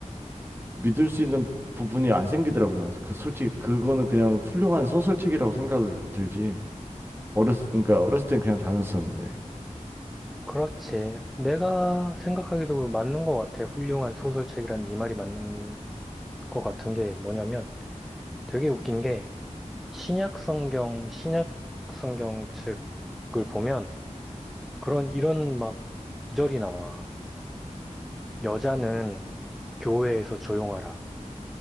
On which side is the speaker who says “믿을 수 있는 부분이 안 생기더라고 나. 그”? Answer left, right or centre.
Right